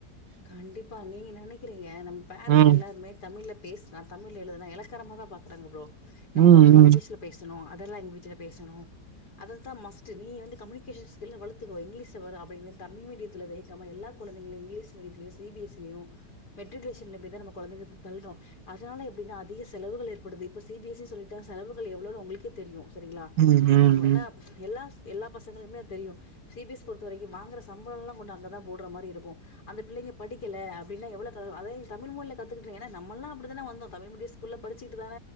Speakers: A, on the left; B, on the right.
A: கண்டிப்பா நீங்க நெனைக்றீங்க நம்ம பரண்ட்
B: ம்.
A: எல்லாருமே தமிழ்ல் பேசுனா தமிழ்ல எழுதுனா எலக்காரமா தா பாக்றாங்க ப்ரோ நம்ம
B: ம்.
A: கொழந்த இங்லீஷ்ல
B: ம்.
A: பேசணு அதர் லங்குவேஜ்ல பேசணு அது தா மஸ்ட்டு நீ வந்து கம்யூனிகேஷன் ஸ்கில்ல வளத்துக்கோ இங்லீஷ் வரு அப்டின்னு இவ தமிழ் மீடியத்தில வைக்காம எல்லா கொழந்தைங்கள இங்லீஷ் மீடியத்திலயு சி பி எஸ் சி லயு மெட்ரிக்லேஷன்ல ப தா நம்ம கொழந்தங்கள தள்றோ அதனால எப்டின்னா அதிக செலவுகள் ஏற்படுது இப்ப சி பி எஸ் சி சொல்லிட்டா செலவுகள் எவ்ளோனு ஒங்ளுக்கே தெரியு சரிங்ளா
B: ம். ம்.
A: அ
B: ம்.
A: என்ன எல்லாஸ் எல்லா பசங்களுமே அது தெரியு சி பி எஸ் பொறுத்த வரைக்கு வாங்குற சம்பளோல்லா கொண்டு அங்கதா போடுற மாரி இருக்கு அந்த பிள்ளைங்க படிக்கல அப்டினா எவ்ளோ க அத தமிழ் மொழில கத்துக்கிட்டு ஏனா நம்மல்லா அப்டிதான வந்தோ தமிழ் மீடிய ஸ் ஸ்கூல்ல படிச்சிட்டு தான